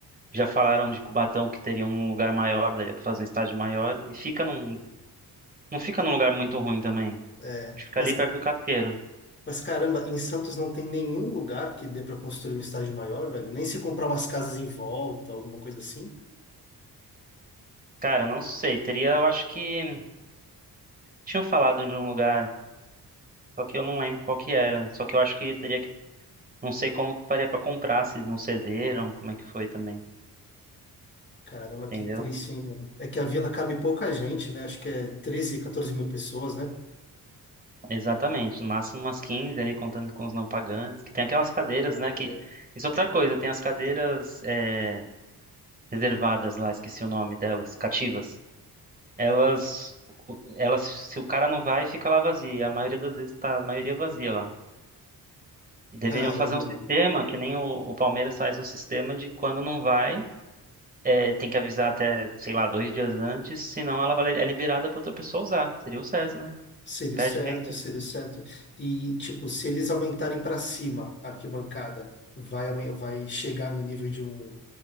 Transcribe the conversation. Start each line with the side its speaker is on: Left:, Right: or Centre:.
Right: Já falaram de Cubatão que teria um lugar maior, daria pra fazer um estádio maior. E fica num. Não fica num lugar muito ruim também.
Left: É,
Right: Fica
Left: mas,
Right: ali perto do Casqueiro.
Left: mas caramba, em Santos não tem nenhum lugar que dê para construir um estádio maior, velho. Nem se comprar umas casas em volta, alguma coisa assim.
Right: Cara, não sei. Teria, eu acho que. Tinham falado de um lugar, só que eu não lembro qual que era. Só que eu acho que teria que. Não sei como que faria pra comprar, se não cederam, como é que foi também.
Left: Caramba,
Right: Entendeu?
Left: que triste, hein, mano? É que a vila cabe pouca gente, né? Acho que é 13 14 mil pessoas, né?
Right: Exatamente. No máximo umas 15 ali, contando com os não pagantes. Que tem aquelas cadeiras,
Left: Ah,
Right: né? Que...
Left: é.
Right: Isso é outra coisa, tem as cadeiras eh, reservadas lá, esqueci o nome delas, cativas. Elas, elas, se o cara não vai, fica lá vazia. E A maioria das vezes tá a maioria vazia lá. E deveriam
Left: Caramba,
Right: fazer um sistema,
Left: mano.
Right: que nem o, o Palmeiras faz um sistema de quando não vai, é, tem que avisar até, sei lá, dois dias antes, senão ela vai- é liberada para outra pessoa usar. Seria o certo, né?
Left: Seria
Right: Perde
Left: o certo,
Right: renda.
Left: seria o certo. E, tipo, se eles aumentarem para cima a arquibancada, vai, aumen- vai chegar no nível de um.